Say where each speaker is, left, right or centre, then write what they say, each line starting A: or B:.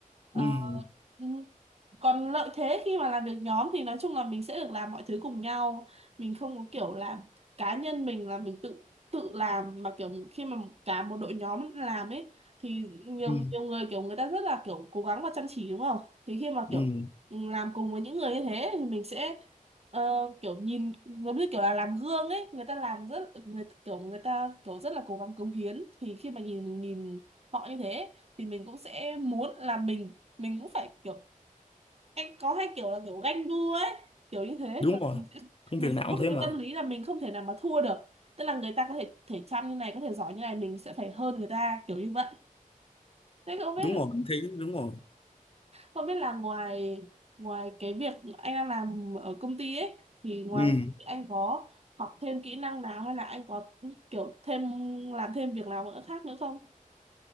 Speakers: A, on the left (about 40°); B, on the right (about 45°).
A: Ừ.
B: Ờ, ừm, còn lợi thế khi mà làm việc nhóm thì nói chung là mình sẽ được làm mọi thứ cùng nhau mình không có kiểu là cá nhân mình là mình tự tự làm mà kiểu khi mà cả một đội nhóm làm ấy thì nhiều
A: ừ,
B: nhiều người kiểu người ta rất là kiểu cố gắng và chăm chỉ đúng không thì khi mà
A: ừ,
B: kiểu làm cùng với những người như thế thì mình sẽ ờ, kiểu nhìn giống như kiểu là làm gương ấy người ta làm rất người kiểu người ta kiểu rất là cố gắng cống hiến thì khi mà nhìn mình nhìn họ như thế thì mình cũng sẽ muốn là mình mình cũng phải kiểu anh có hai kiểu là kiểu ganh đua ấy kiểu như thế
A: đúng
B: là
A: rồi
B: mình sẽ
A: công
B: mình
A: việc nào
B: sẽ có
A: cũng
B: một
A: ừ thế
B: cái
A: mà
B: tâm lý là mình không thể nào mà thua được tức là người ta có thể thể chăm như này có thể giỏi như này mình sẽ phải hơn người ta kiểu như vậy thế không biết
A: đúng rồi thế đúng rồi
B: Không biết là ngoài ngoài cái việc anh đang làm ở công ty ấy thì ngoài
A: ừ
B: anh có học thêm kỹ năng nào hay là anh có kiểu thêm làm thêm việc nào nữa khác nữa không?